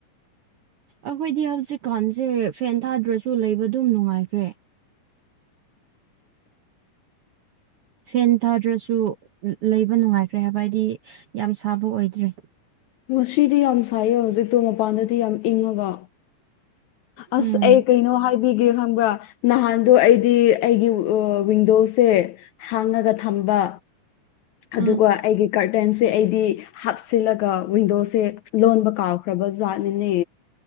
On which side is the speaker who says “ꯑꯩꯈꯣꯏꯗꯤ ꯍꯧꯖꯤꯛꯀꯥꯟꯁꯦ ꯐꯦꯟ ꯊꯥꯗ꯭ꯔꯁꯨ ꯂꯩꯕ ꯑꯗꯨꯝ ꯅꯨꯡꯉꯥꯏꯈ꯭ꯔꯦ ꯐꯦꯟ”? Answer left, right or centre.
Right